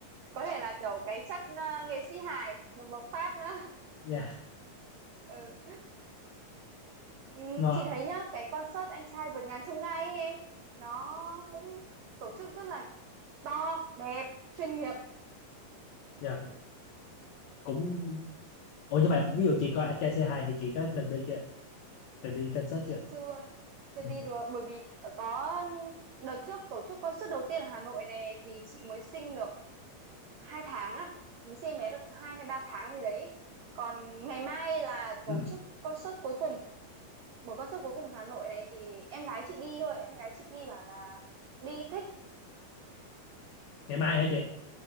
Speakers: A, on the right; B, on the left.
A: có thể là kiểu cái chất ờ, nghệ sĩ hài được bộc phát nữa
B: dạ
A: ừ. Ừ,
B: ngon
A: chị thấy nhá cái concert anh trai vượt ngàn chông gai ấy em nó cũng tổ chức rất là to đẹp chuyên nghiệp
B: dạ
A: ừ, ừ,
B: cũng ủa nhưng mà ví dụ chị coi anh trai C2 thì chị có từng đi chưa từng đi concert
A: chị
B: chưa
A: chưa chưa
B: Ừ.
A: đi được bởi vì có đợt trước tổ chức concert đầu tiên ở Hà Nội này thì chị mới sinh được hai tháng à mới sinh em bé được hai hay ba tháng gì đấy còn ngày mai là tổ
B: Ừ.
A: chức concert cuối cùng buổi concert cuối cùng Hà Nội này thì em gái chị đi thôi em gái chị đi bảo là đi thích
B: ngày
A: ừ.
B: mai hả chị